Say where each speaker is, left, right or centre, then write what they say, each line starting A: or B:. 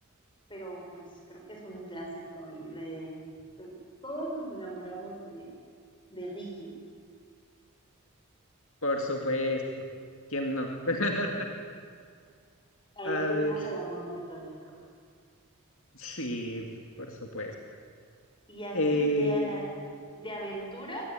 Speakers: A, on the left (about 20°); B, on the left (about 65°).
A: pero pues creo que es un clásico y de, de- todos nos enamoramos de, de Ryu.
B: Por supuesto. ¿Quién no? <laughs>
A: Ahí
B: A
A: tuvimos
B: ver,
A: el amor platónico.
B: sí, por supuesto.
A: Y así,
B: Eh,
A: de, de aventura,